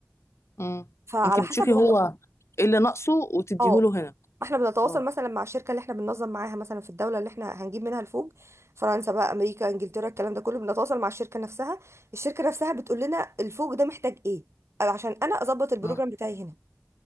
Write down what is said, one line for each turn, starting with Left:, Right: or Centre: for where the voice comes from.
Left: امم
Right: فعلى
Left: انت بتشوفي
Right: حسب هو
Left: هو ايه اللي ناقصه وتديهوله
Right: اه
Left: هنا
Right: احنا بنتواصل
Left: اه
Right: مثلا مع الشركه اللي احنا بننظم معاها مثلا في الدوله اللي احنا هنجيب منها الفوج فرنسا بقى امريكا انجلترا الكلام ده كله بنتواصل مع الشركه نفسها الشركه نفسها بتقول لنا الفوج ده محتاج ايه أو عشان انا اظبط البروجرام
Left: امم
Right: بتاعي هنا